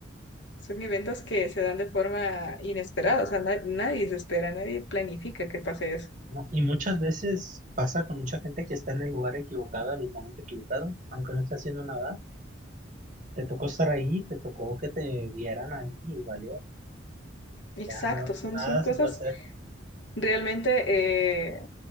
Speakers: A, on the left (about 65°); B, on the right (about 40°).
A: Son eventos que se dan de forma inesperada, o sea, na- nadie se espera, nadie planifica que pase eso.
B: No, Y muchas veces pasa con mucha gente que está en el lugar equivocado, en el momento equivocado, aunque no esté haciendo nada. Te tocó estar ahí, te tocó que te vieran ahí y valió.
A: Exacto,
B: Ya no,
A: son,
B: nada
A: son cosas
B: se puede hacer.
A: realmente eh,